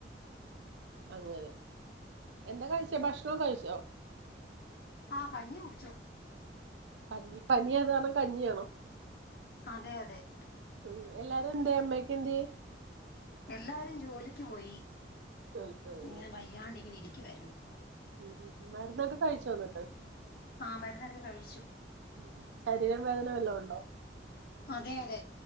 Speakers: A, on the right; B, on the left.
A: അങ്ങനെ എന്താ കഴിച്ചെ ഭക്ഷണോ കഴിച്ചോ
B: ആഹ് കഞ്ഞി കുടിച്ചു
A: കഞ്ഞി പനി ആയതു കാരണം കഞ്ഞിയാണോ
B: അതെ അതെ
A: ഇം എല്ലാരും എന്തേ അമ്മേ ക്കെന്തിയെ
B: എല്ലാരും ജോലിക്ക് പോയി
A: ജോലിക്ക് പോയില്ലേ
B: ഇങ്ങനെ വയ്യാണ്ട് ഇങ്ങനെ ഇരിക്കുവാരുന്നു.
A: ഉം ഉം ഉം. മരുന്നൊക്കെ കഴിച്ചോ എന്നിട്ട്
B: ആ മരുന്നൊക്കെ കഴിച്ചു
A: ഉം ശരീരം വേദന വെല്ലോം ഒണ്ടോ
B: അതെ അതെ